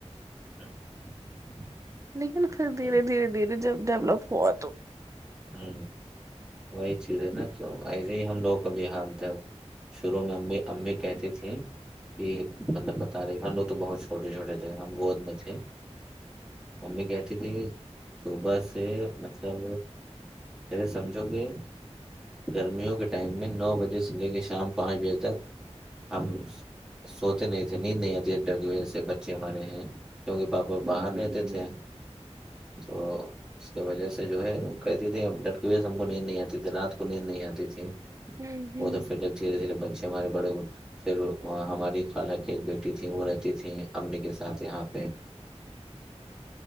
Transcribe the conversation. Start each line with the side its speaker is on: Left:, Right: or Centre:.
Centre: <unintelligible>
Right: لیکن پھر دھیرے
Centre: ہوں
Right: دھیرے دھیرے جب ڈیولپ ہوا تو
Centre: ہ وہی چیز ہے نا تو ایسے ہی ہم لوگوں کا بھی حالت ہے شروع میں ا امبمی کہتے تھے یہ مطلب بتا رہے ہم لوگ تو بہت چھوٹے چھوٹے تھے ہم گود میں تھے ممی کہتی تھی کہ صبح سے مطلب ا سمجھو کہ گرمیوں کے ٹائم میں نو بجے سے لے کے شام پانچ بجے تک ہمام سوتے نہیں تھے نیند نہیں آتی ا ڈر کی وجہ سے بچے ہمارے ہیں کیونکہ پاپا
Right: ہوں
Centre: باہر رہتے تھے تو اس کی وجہ سے جو ہے کہتی تھی ڈرک ویس ہم کو نیند نہیں آتی تھی رات کو نیند نہیں آتی تھی
Right: ہوں
Centre: وہ تو پھر جب دھیرے دھیرے بچے ہمارے بڑے ہوئے پھر ہماری خالہ کی ایک بیٹی تھی وہ رہتی تھیں امی کے ساتھ یہاں پہ
Right: <unintelligible>